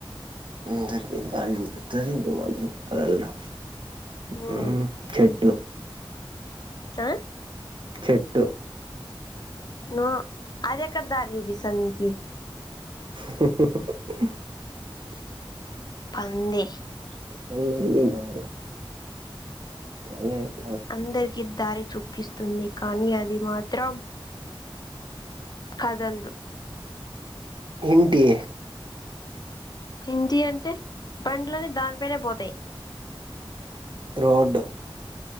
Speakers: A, on the right; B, on the left.
A: అందరికీ దారి చూపిస్తుంది కానీ అది మాత్రం కదలదు హ్మ్
B: ఉమ్
A: చెట్టు
B: ఆ
A: చెట్టు
B: ఆ ఆది ఎక్కడ దారి చూపిస్తాది నికి
A: ఉహ్మ్ హు హు
B: పంది
A: <unintelligible> <unintelligible>
B: అందరికి దారి చూపిస్తుంది కానీ అది మాత్రం కదలదు
A: ఏంటి
B: పింటి అంటే పండ్లన్నీ దానిపైనే పోతాయి
A: రోడ్